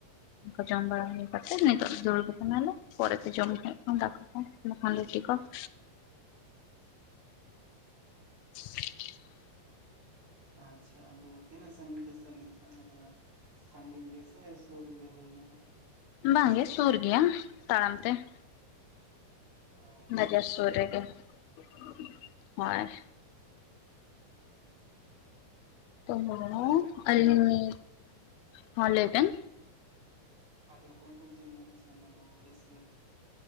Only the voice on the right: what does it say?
ᱟᱪᱪᱷᱟ ᱾ ᱟᱫᱚ ᱛᱤᱱᱟᱹᱜ ᱥᱟᱹᱝᱜᱤᱧ ᱯᱮ ᱥᱮᱱ ᱞᱮᱱ ᱛᱟᱦᱮᱱ ᱢᱟᱱᱮ ᱥᱟᱺᱜᱤᱧ ᱜᱮᱥᱮ ᱥᱩᱨ ᱨᱮᱜᱮ ᱦᱩᱭ ᱱᱟ ᱦᱟᱸᱜ
ᱚ
ᱟᱫᱚ ᱦᱚᱲ
ᱟᱫᱚ ᱦᱚᱲ ᱠᱚ ᱪᱮ ᱞᱮᱠᱟ ᱠᱚ ᱥᱮᱱ ᱞᱮᱱᱟ ᱵᱮᱥ ᱜᱮ